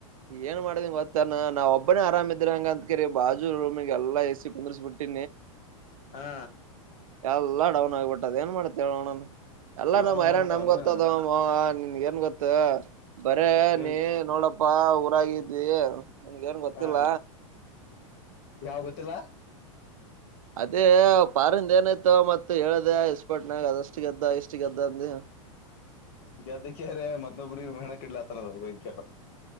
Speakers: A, on the right; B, on the left.
A: ಏನ್ ಮಾಡ್ದಿಂಗ ಗೊತ್ತಾನ ನಾವ್ ಒಬ್ಬನೇ ಆರಾಮ ಇದಿದ್ರೆ ಹಂಗ ಅಂತ ಕರಿ ಬಾಜು ರೂಮಿಗೆ ಎಲ್ಲಾ ಎಸಿ ಕುಂದ್ರರಿಸಸ್ಬ ಬಿಟ್ಟಿ.
B: ಹಾ
A: ಎಲ್ಲಾ ಡೌನ್ ಆಗಬಿಟ್ಟದ ಏನ್ ಮಾಡ್ತ್ತೇವೆ ನೋಣ. ಎಲ್ಲ ನಮ್
B: ಡೌನ್
A: ಹೈರಾಣ್
B: ಆಗ್ಬಿಟ್ಟವನು
A: ನಮ್ಗ ಗೊತ್ತದ <inaudible> ನ್ ಏನ್ ಗೊತ್ತ ಬರೇ
B: ನಿಮ್
A: ನೀ ನೋಡಪ್ಪಾ ಊರಾಗಿದ್ದಿ ನಿನಗೇನ ಗೊತ್ತಿಲ್ಲ
B: ಹಾ ಯಾವ ಗೊತ್ತಿಲ್ಲ
A: ಅದೇ ಪಾರಿಂದ ಏನಾಯ್ತು ಮತ್ ಹೇಳ್ದ ಇಸ್ಪಾಟ್ನಾಗ ಅದಷ್ಟು ಗೆದ್ದ ಇಷ್ಟ ಗೆದ್ದ ಅಂದ ಹ್ಮ್
B: ಈಗ ಅದಕ್ಕೆರೀ ಮತೂಬ್ರಿಗ ಮಣಕಡ್ಲಾತನರಿ ರೂಕ್ಕ